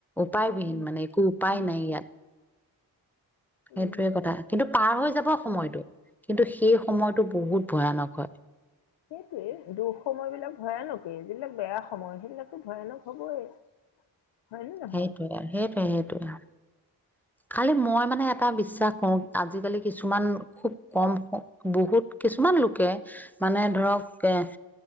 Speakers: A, in the centre; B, on the left.
A: উপায়বিহীন
B: উম
A: মানে একো উপায়
B: উম
A: নাই ইয়াত। সেইটোয়ে
B: উম
A: কথা কিন্তু। পাৰ হৈ যাব সময়টো কিন্তু সেই সময়টো বহুত ভয়ানক হয়।
B: সেইটোয়ে দুঃসময় বিলাক ভয়ানক এই যিবিলাক বেয়া সময় সেইবিলাকে ভয়ানক হ'বই। হয়নে নহয়
A: সেইটোয়ে, সেইটোৱে সেইটোৱে খালি মই মানে এটা বিশ্বাস কৰো আজিকালি কিছুমান খুব কাম বহুত, কিছুমান লোকে মানে ধৰক এ